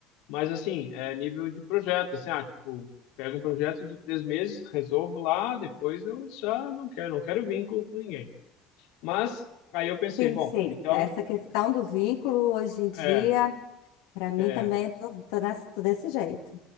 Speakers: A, on the left; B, on the left.
A: Mas assim, é nível de projeto, assim, ah, tipo, pego um projeto de três meses, resolvo lá, depois eu já não quero, não quero vínculo com ninguém. Mas aí eu pensei,
B: Sim,
A: bom,
B: sim.
A: então,
B: Essa questão do vínculo hoje em dia,
A: é,
B: para mim
A: é,
B: também, eu tô, tô nessa- tô desse jeito.